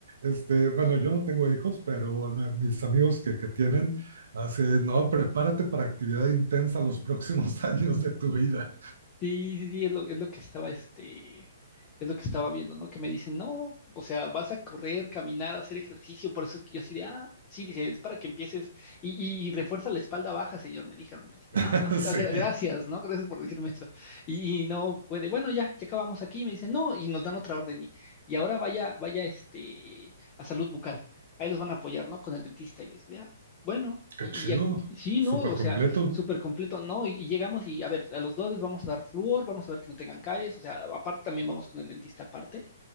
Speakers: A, on the right (about 65°); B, on the left (about 20°).
A: este, bueno, yo no tengo hijos, pero la- mis amigos que, que tienen, así, no, prepárate para actividad intensa los próximos <laughs> años de tu vida.
B: Sí, sí, sí, es lo, es lo que estaba, este, es lo que estaba viendo, ¿no? Que me dicen, no, o sea, vas a correr, caminar, hacer ejercicio, por eso es que yo así de, ah, sí, dice, es para que empieces, y, y, y refuerza la espalda baja, señor, me dijeron, así de,
A: <laughs>
B: ah, ah,
A: Sí,
B: ah, gra- gracias, ¿no? Gracias por decirme eso, y, y no puede, bueno, ya, ya acabamos aquí, me dicen, no, y nos dan otra orden, y, y ahora vaya, vaya, este, a salud bucal, ahí los van a apoyar, ¿no? Con el dentista, y yo así de, ah, bueno,
A: qué
B: y,
A: chido,
B: y ya, sí,
A: súper
B: ¿no? O
A: completo.
B: sea, súper completo, ¿no? Y, y llegamos y, a ver, a los dos les vamos a dar flúor, vamos a ver que no tengan caries, o sea, aparte también vamos con el dentista aparte,